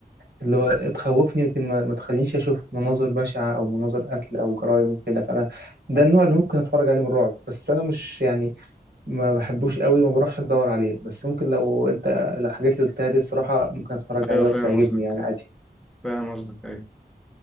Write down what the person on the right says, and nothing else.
اللي هو تخوفني لكن ما, ما تخلينيش اشوف مناظر بشعة او مناظر قتل او جرائم وكده فانا ده النوع اللي ممكن اتفرج عليه من الرعب بس انا مش يعني ما بحبوش قوي وما بروحش ادور عليه بس ممكن لو انت الحاجات اللي قلتها دي الصراحة ممكن اتفرج عليها
وتعجبني
يعني عادي